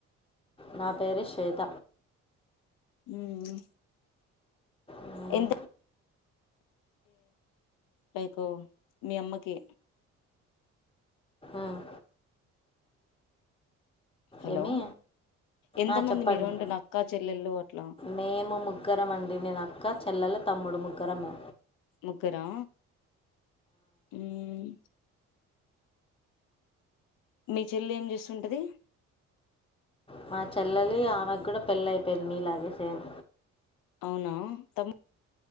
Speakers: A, on the left; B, on the left.
A: నా పేరు శ్వేత
B: ఉమ్
A: ఉమ్,
B: ఎంత లైక్ మీ అమ్మకి
A: ఉమ్.
B: హలో
A: ఏమి
B: ఎంత
A: ఆ
B: మంది
A: చెప్పండి
B: మీరు అంటున్న అక్క చెల్లెళ్ళు అట్లా
A: మేము ముగ్గురం అండి నేనక్క ఇంకా చెల్లెలు తమ్ముడు ముగ్గురమే
B: ముగ్గురా ఉమ్ మీ చెల్లె ఏం జేస్తుంటది
A: మా చెల్లెలి ఆమెకు గూడా పెళ్ళై పోయింది నీలాగే సేమ్
B: అవునా తమ్